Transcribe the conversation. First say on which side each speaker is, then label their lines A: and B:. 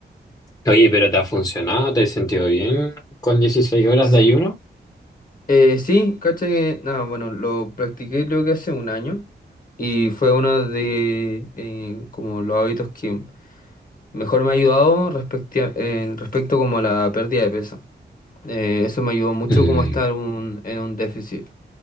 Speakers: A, on the left; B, on the left.
A: Oye, ¿pero te ha funcionado? ¿Te has sentido bien con 16 horas
B: Sí,
A: de ayuno?
B: eh, sí, caché que... Nada, bueno, lo practiqué creo que hace un año y fue uno de eh, como los hábitos que mejor me ha ayudado respecto, respecto como a la pérdida de peso. Eh, eso me ayudó mucho
A: Mm,
B: como a estar un- en un déficit.